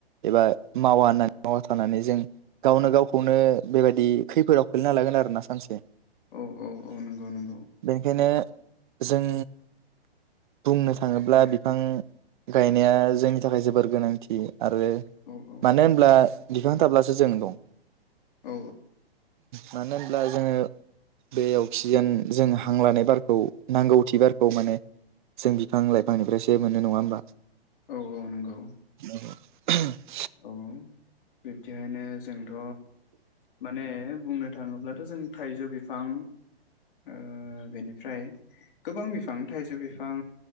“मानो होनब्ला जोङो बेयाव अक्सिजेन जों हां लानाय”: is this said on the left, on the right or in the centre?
Right